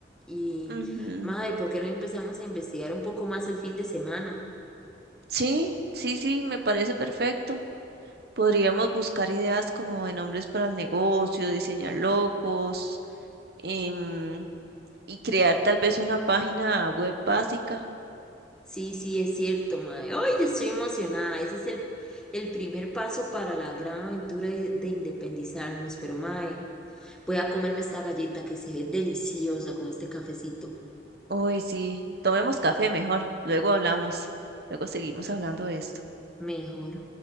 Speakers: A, in the centre; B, on the right (about 60°).
A: Y,
B: Ujú.
A: mae, ¿por qué no empezamos a investigar un poco más el fin de semana?
B: Sí, sí, sí, me parece perfecto. Podríamos buscar ideas como de nombres para el negocio, diseñar logos em, y crear tal vez una página web básica.
A: Sí, sí, es cierto, mae. Hoy ya estoy emocionada. Ese es el, el primer paso para la gran aventura de, de independizarnos. Pero, mae, voy a comerme esta galleta que se ve deliciosa con este cafecito.
B: Uy, sí, tomemos café mejor, luego hablamos, luego seguimos hablando de esto.
A: Mejor.